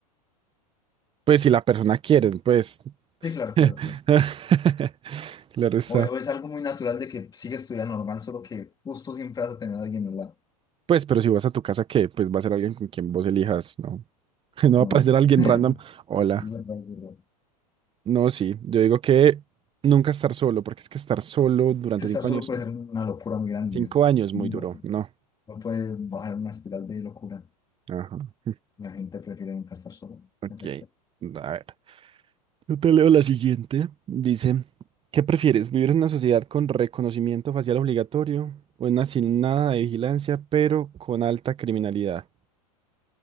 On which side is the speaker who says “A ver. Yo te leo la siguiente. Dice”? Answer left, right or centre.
Right